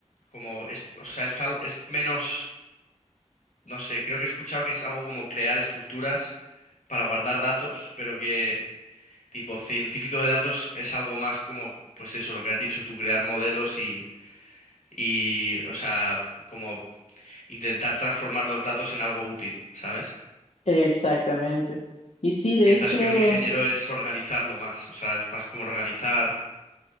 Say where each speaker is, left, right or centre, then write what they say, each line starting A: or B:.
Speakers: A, on the left; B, on the left.
A: como es, o sea, es, al- es menos, no sé, creo que he escuchado que es algo como crear estructuras para guardar datos, pero que tipo científico de datos es algo más como, pues eso, lo que has dicho tú, crear modelos y, y, o sea, como intentar transformar los datos en algo útil, ¿sabes?
B: exactamente. Y sí, de
A: Mientras
B: hecho,
A: que un ingeniero es organizarlo más, o sea, es más como organizar